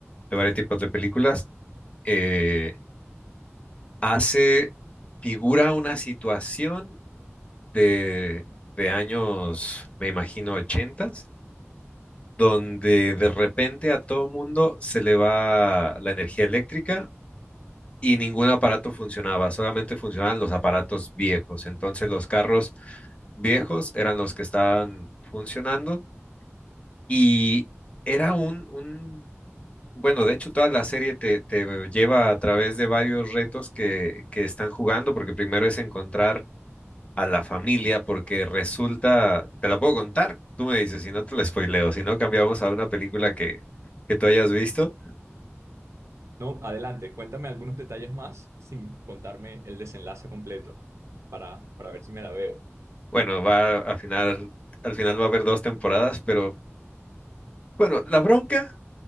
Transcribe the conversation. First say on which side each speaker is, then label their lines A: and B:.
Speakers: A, on the left (about 25°); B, on the right (about 80°).
A: de varios tipos de películas, eh, hace, figura una situación de, de años, me imagino, ochentas, donde de repente a todo mundo se le va la energía eléctrica y ningún aparato funcionaba, solamente funcionaban los aparatos viejos. Entonces los carros viejos eran los que estaban funcionando y era un, un- bueno, de hecho toda la serie te, te lleva a través de varios retos que, que están jugando, porque primero es encontrar a la familia porque resulta, te la puedo contar, tú me dices, si no te la spoileo, si no cambiamos a una película que, que tú hayas visto.
B: No, adelante. Cuéntame algunos detalles más sin contarme el desenlace completo para, para ver si me la veo.
A: Bueno, va a final, al final va a haber dos temporadas, pero bueno, la bronca,